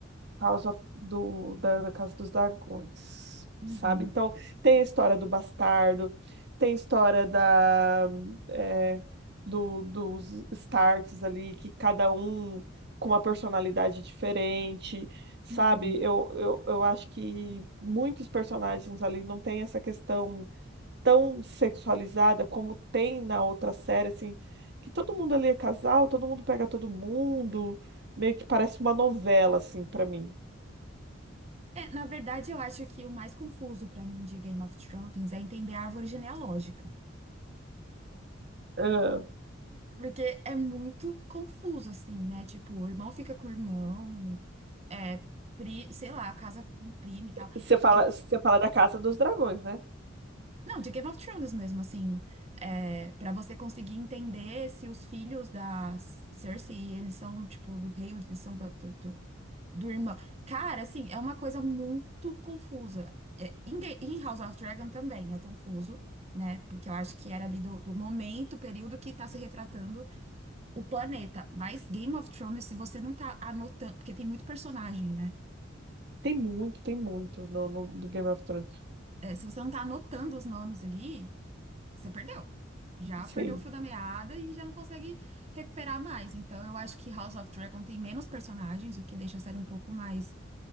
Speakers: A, on the right; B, on the right.
A: House of, do, da, da Casa dos Dragões,
B: Uhum.
A: sabe? Então, tem a história do bastardo, tem a história da, é, do, dos Starks ali, que cada um com uma personalidade diferente, sabe?
B: Uhum.
A: Eu, eu, eu acho que muitos personagens ali não têm essa questão tão sexualizada como tem na outra série, assim, que todo mundo ali é casal, todo mundo pega todo mundo, meio que parece uma novela, assim, pra mim.
B: É, na verdade, eu acho que o mais confuso pra mim de Game of Thrones é entender a árvore genealógica.
A: Ah,
B: Porque é muito confuso, assim, né? Tipo, o irmão fica com o irmão, é, pri, sei lá, casa com um primo e tal.
A: você fala,
B: Eu,
A: você fala da Casa dos Dragões, né?
B: não, de Game of Thrones mesmo, assim, é, para você conseguir entender se os filhos da Cersei, eles são, tipo, do rei, ou eles são da, Do irmão. Cara, assim, é uma coisa muito confusa. É, em, Ga- em House of Dragon também é confuso, né? Porque eu acho que era ali do, do momento, período que tá se retratando o planeta. Mas Game of Thrones, se você não tá anotando, porque tem muito personagem, né?
A: Tem muito, tem muito no, no- do Game of Thrones.
B: É, se você não tá anotando os nomes ali, você perdeu. Já
A: Sim,
B: perdeu o fio da meada e já não consegue recuperar mais. Então, eu acho que House of Dragon tem menos personagens, o que deixa a série um pouco mais